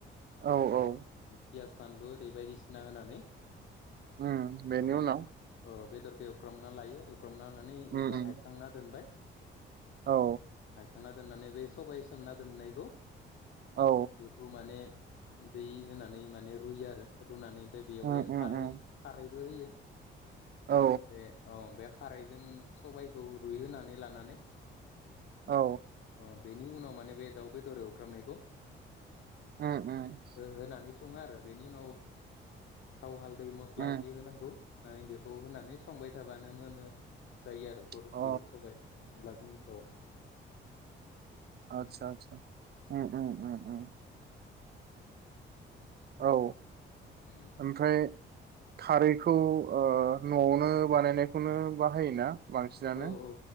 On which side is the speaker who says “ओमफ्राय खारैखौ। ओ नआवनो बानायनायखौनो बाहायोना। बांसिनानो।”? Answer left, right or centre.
Right